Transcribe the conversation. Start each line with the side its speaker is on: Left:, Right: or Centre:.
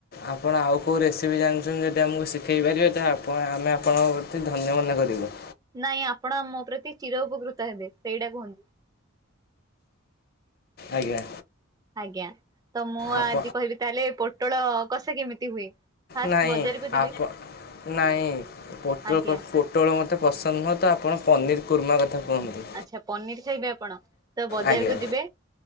Left: ଆପଣ ଆଉ କେଉଁ ରେସିପି ଜାଣିଚନ୍ତି ଯଦି ଆମକୁ ଶିଖାଇ ପାରିବେ ତ ଆପଣ ଆମେ ଆପଣଙ୍କ ପ୍ରତି ଧନ୍ୟ ମନେ କରିବୁ।
Right: ନାଇଁ ଆପଣ ମୋ ପ୍ରତି ଚିର ଉପକୃତ ହେବେ ସେଇଟା କୁହନ୍ତୁ।
Left: ଆଜ୍ଞା।
Right: ଆଜ୍ଞା ତ ମୁଁ
Left: ଆପ
Right: ଆଜି କହିବି ତାହେଲେ ପୋଟଳ କଷା କେମିତି ହୁଏ। ଫାଷ୍ଟ
Left: ନାଇଁ
Right: ବଜାରକୁ ଯିବେ
Left: ଆପ ନାଇଁ ପୋଟୋଳ
Right: ଆଜ୍ଞା
Left: କ ପୋ ଟଳ ମୋତେ ପସନ୍ଦ ନୁହଁ ତ ଆପଣ ପନିର୍ କୁର୍ମା କଥା କୁହନ୍ତୁ?
Right: ଆଛା ପନିର ଖାଇବେ ଆପଣ ତ ବଜାରକୁ
Left: ଆଜ୍ଞା
Right: ଯିବେ